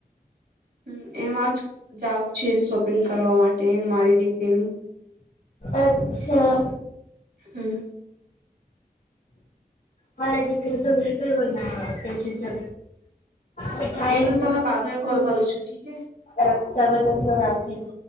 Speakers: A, on the right; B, on the left.
A: હમ એમાં જ જઉું છે શોપિંગ કરવા માટે મારી દીકરીની.
B: અચ્છા
A: હમ
B: મારી દીકરી તો ઘર પર રમવા આવતી છે. મિઠાાઈં
A: એમને તમે બાદમાં કોલ કરું છું ઠીક હે
B: રક્ષાબંધન ની રાખી દો.